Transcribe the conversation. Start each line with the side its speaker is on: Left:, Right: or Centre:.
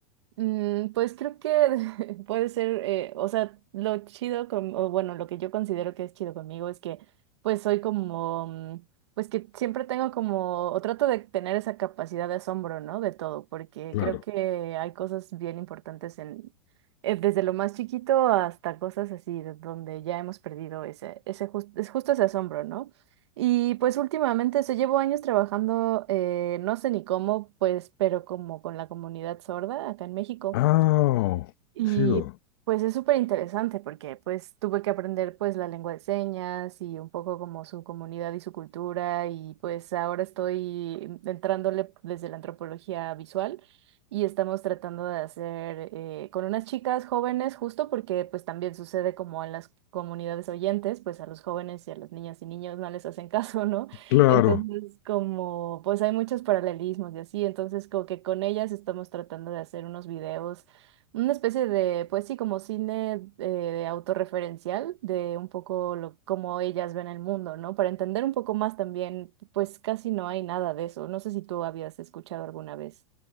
Right: Mm, pues creo que <laughs> puede ser, eh, o sea, lo chido con, o bueno, lo que yo considero que es chido conmigo es que pues soy como, mm, pues que siempre tengo como, o trato de tener esa capacidad de asombro, ¿no? De todo, porque
Left: Claro.
Right: creo que hay cosas bien importantes en, eh, desde lo más chiquito hasta cosas así, de donde ya hemos perdido ese, ese jus- es justo ese asombro, ¿no? Y pues últimamente, se llevo años trabajando, eh, no sé ni cómo, pues, pero como con la comunidad sorda acá en México.
Left: Ah, oh,
Right: Y
Left: chido.
Right: pues es súper interesante porque pues tuve que aprender pues la lengua de señas y un poco como su comunidad y su cultura y pues ahora estoy entrándole desde la antropología visual y estamos tratando de hacer eh, con unas chicas jóvenes justo porque pues también sucede como en las comunidades oyentes pues a los jóvenes y a las niñas y niños no les hacen <laughs> caso, ¿no?
Left: Claro.
Right: Entonces, como, pues hay muchos paralelismos y así, entonces como que con ellas estamos tratando de hacer unos videos una especie de, pues sí, como cine eh, autorreferencial de un poco lo, cómo ellas ven el mundo, ¿no? Para entender un poco más también, pues casi no hay nada de eso. No sé si tú habías escuchado alguna vez